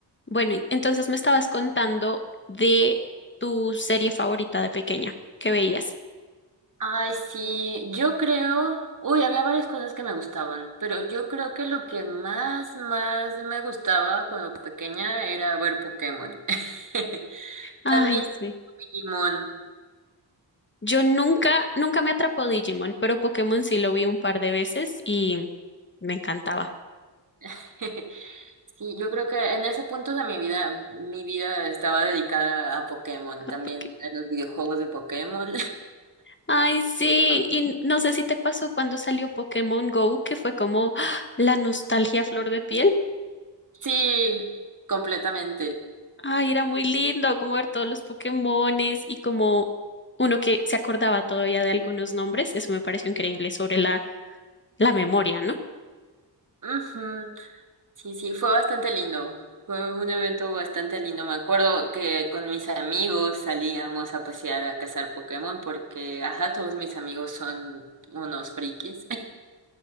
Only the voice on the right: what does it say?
Ay, sí, yo creo, uy, había varias cosas que me gustaban, pero yo creo que lo que más, más me gustaba cuando pequeña era ver Pokémon. <laughs>
También
Digimon.
<laughs> Sí, yo creo que en ese punto de mi vida, mi vida estaba dedicada a Pokémon,
también
a los videojuegos de Pokémon.
<laughs>
Sí, completamente.
Ujú. Sí, sí, fue bastante lindo. Fue un evento bastante lindo. Me acuerdo que con mis amigos salíamos a pasear a cazar Pokémon porque, ajá, todos mis amigos son unos frikis. <laughs>